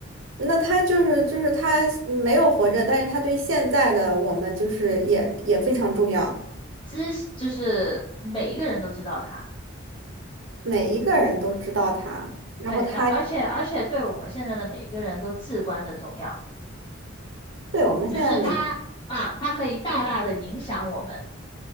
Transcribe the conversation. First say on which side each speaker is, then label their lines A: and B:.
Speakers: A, on the right (about 75°); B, on the left (about 25°).
A: 那他就是就是他没有活着，但是他对现在的我们就是也也非常重要，
B: 知就是每一个人都知道他，
A: 每一个人都知道他。然后他
B: 对，然而且而且对我们现在的每一个人都至关的重要，
A: 对我们现在每，
B: 就是他啊，他可以大大的影响我们，